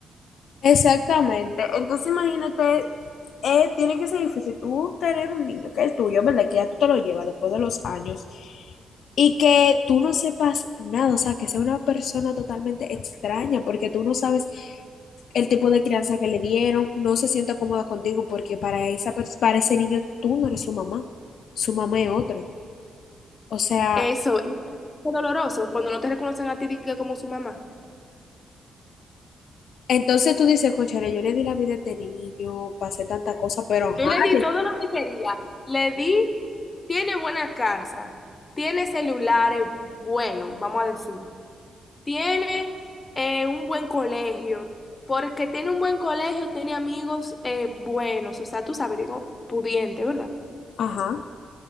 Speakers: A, on the left (about 60°); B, on the left (about 20°).
A: Exactamente. Entonces imagínate, eh, tiene que ser difícil tú tener un niño que es tuyo, ¿verdad? Que ya tú te lo llevas después de los años y que tú no sepas nada, o sea, que sea una persona totalmente extraña porque tú no sabes el tipo de crianza que le dieron, no se sienta cómoda contigo porque para esa, pers- para ese niño tú no eres su mamá, su mamá es otro. O sea,
B: Eso, y es doloroso cuando no te reconocen a ti di que como su mamá.
A: entonces tú dices, cónchale, yo le di la vida a este niño, pasé tanta cosa, pero ajá,
B: Yo le di
A: le-
B: todo lo que quería. Le di, tiene buena casa, tiene celulares buenos, vamos a decir. Tiene eh, un buen colegio. Porque tiene un buen colegio, tiene amigos eh, buenos. O sea, tú sabes, digo, pudiente, ¿verdad?
A: ajá.